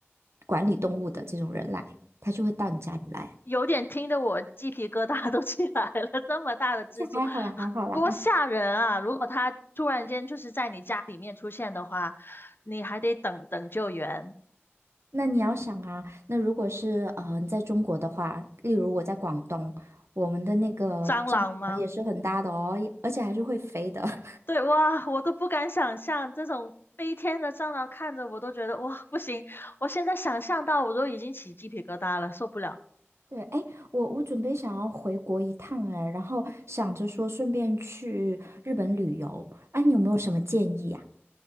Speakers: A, on the right (about 80°); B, on the left (about 55°).
A: 管理动物的这种人来，他就会到你家里来。
B: 有点听得我鸡皮疙瘩都 <laughs> 起来了，这么大的蜘蛛，
A: 这还好啦，还好啦。
B: 多吓人啊！如果它突然间就是在你家里面出现的话，你还得等等救援。
A: 那你要想啊，那如果是呃你在中国的话，例如我在广东，我们的那个帐篷也是很大的哦，
B: 蟑螂吗？
A: 而且还是会飞的。<laughs>
B: 对，哇，我都不敢想象这种飞天的蟑螂，看着我都觉得哇，不行！我现在想象到我都已经起鸡皮疙瘩了，受不了。
A: 对，哎，我我准备想要回国一趟，哎，然后想着说顺便去日本旅游，啊，你有没有什么建议呀、